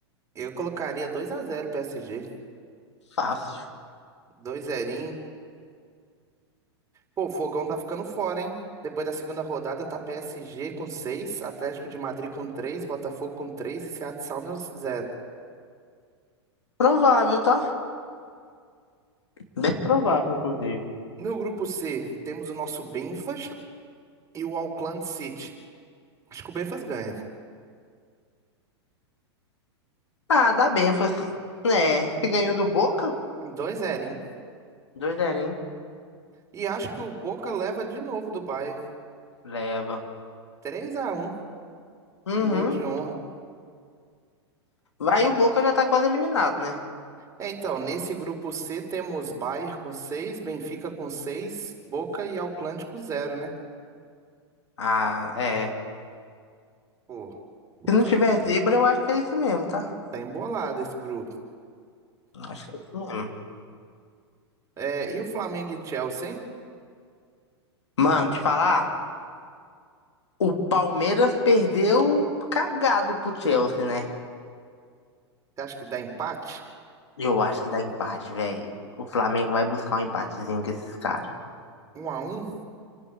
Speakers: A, on the right; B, on the left.
A: Eu colocaria 2 a 0 PSG.
B: Fácil.
A: 2 0 Pô, o Fogão tá ficando fora, hein? Depois da segunda rodada tá PSG com 6, Atlético de Madrid com 3, Botafogo com 3 e Seattle Sounders 0.
B: Provável, tá? Bem provável, inclusive.
A: No grupo C, temos o nosso Benfas e o Auckland City. Acho que o Benfas ganha.
B: Ah, dá bem, foi. É, se ganhou do Boca?
A: 2-0, hein?
B: Doideirinho.
A: E acho que o Boca leva de novo do Bayern.
B: Leva.
A: três a um,
B: Uhum.
A: um gol de honra.
B: Vai, o Boca já tá quase eliminado, né?
A: É, então, nesse grupo C temos Bayern com 6, Benfica com 6, Boca e Auckland com zero, né?
B: Ah, é.
A: Pô,
B: Se não
A: tá,
B: tiver
A: em-
B: zebra, eu acho que é isso mesmo, tá?
A: tá embolado esse grupo.
B: Acho que é isso mesmo.
A: É, e o Flamengo e Chelsea, hein?
B: Mano, te falar, o Palmeiras perdeu cagado pro Chelsea, né?
A: Você acha que dá empate?
B: Eu acho que dá empate, velho. O Flamengo vai buscar um empatezinho com esses caras.
A: um a um.